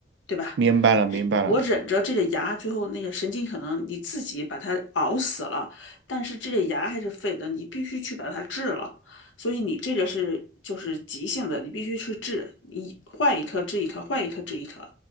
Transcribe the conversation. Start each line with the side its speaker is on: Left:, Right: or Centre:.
Left: 对吧？
Right: 明白了，明白了。
Left: 我忍着这个牙，最后那个神经可能你自己把它熬死了，但是这个牙还是废的，你必须去把它治了。所以你这个是就是急性的，你必须去治，你换一颗治一颗，换一颗治一颗。